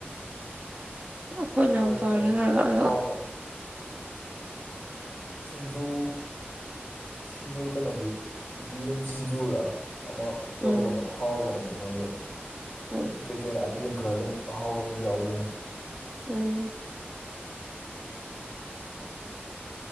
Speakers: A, on the right; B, on the left.
A: ꯑꯩꯈꯣꯏ ꯏꯅꯥꯎꯄꯥ
B: ꯇ꯭ꯔꯥꯏ ꯇꯧ
A: ꯍꯣꯏꯅ
B: ꯑꯗꯨꯝ
A: ꯍꯥꯏꯕ ꯑꯗꯣ
B: ꯍꯥꯎ ꯁꯤꯡꯖꯨ ꯁꯤꯡꯖꯨ ꯀꯩꯅꯣꯒꯤ ꯌꯦꯟ ꯁꯤꯡꯖꯨꯔ ꯑꯃ ꯇꯧꯕꯅꯦ
A: ꯎꯝ
B: ꯍꯥꯎꯕꯅꯦ ꯑꯗꯨꯃꯁꯨ
A: ꯎꯝ
B: ꯑꯗꯩ ꯀꯩꯀꯩꯅꯣ ꯑꯥꯏꯇꯦꯝ ꯈꯔ ꯑꯗꯨꯝ ꯑꯍꯥꯎꯕ ꯑꯗꯨꯝ ꯌꯥꯎꯔꯝꯃꯦ
A: ꯎ
B: ꯦ ꯂ